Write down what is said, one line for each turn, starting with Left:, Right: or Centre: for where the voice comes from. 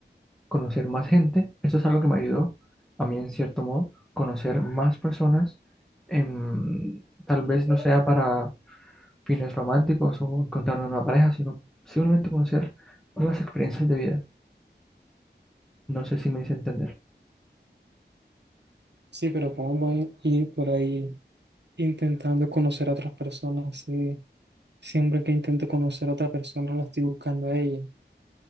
Centre: conocer más gente, eso es algo que me ayudó a mí en cierto modo, conocer más personas, em, tal vez no sea para fines románticos o encontrar una pareja, sino simplemente conocer nuevas experiencias de vida. No sé si me hice entender.
Right: Sí, pero ¿cómo voy a ir por ahí intentando conocer a otras personas? Sí, siempre que intento conocer a otra persona la estoy buscando a ella.